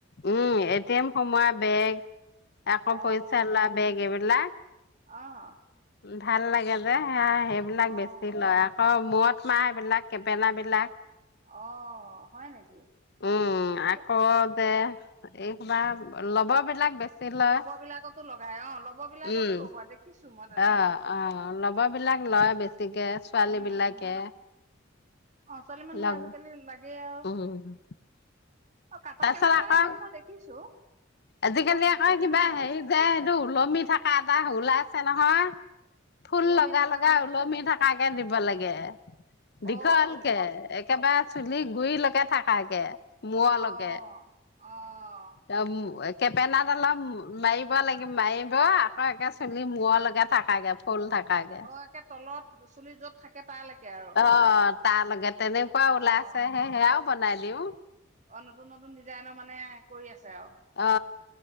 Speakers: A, on the left; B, on the right.
A: উম এ টি এম সোমোৱা বেগ এক
B: অ'
A: পইচা লোৱা বেগ এইবিলাক
B: অ
A: ভাল লাগে যে হেয়া সেইবিলাক
B: অ'
A: বেছি লয় আকৌ মূৰত মাৰা এইবিলাক কেপেনা বিলাক
B: অ হয় নেকি
A: উম আকৌ
B: ব-
A: যে এই কবা লবৰ বিলাক বেছি লয়
B: লব বিলাকতো লগাই অ লব বিলাকতো
A: উম
B: লগোৱা দেখিছো মই তেন
A: অ অ অলপ লবৰ বিলাক লয় বেছিকে ছোৱালী
B: উম
A: বিলাকে।
B: উম অ ছোৱালী মানুহ
A: লাগ
B: আজিকালি লাগেই আৰু।
A: উম
B: অ কাটা
A: তাৰপিছত
B: কেইডাল মান
A: আকৌ
B: এদিন মই দেখিছো।
A: আজিকালি
B: বৰ ভাল
A: আকৌ
B: ধুনীয়া
A: কিবা
B: লাগিছে
A: হেৰি যে সেইটো ওলমি থকা এটা ওলাইছে নহয়। ফুল
B: ওলমি
A: লগা
B: থকা
A: লগা
B: মানে
A: ওলমি
B: ফু
A: থকাকে দিব লাগে দীঘলকে।
B: অ'
A: একেবাৰে চুলি গুৰিলৈকে থাকাকে মূৰলৈকে।
B: অ' অ' অ'
A: ত কেপেনাদাল মাৰিব লাগিব মাৰিব। আকৌ একে চুলি মূৰৰ লগে থাকাকে ফল থাকাকে
B: অ' একে তলত চুলি য'ত থাকে তালৈকে আৰু
A: অ। তাৰ লগে তেনেকুৱা
B: অ'
A: ওলাইছেহে সেয়াও বনাই দিওঁ।
B: অ নতুন নতুন ডিজাইনৰ মানে কৰি আছে আৰু।
A: অ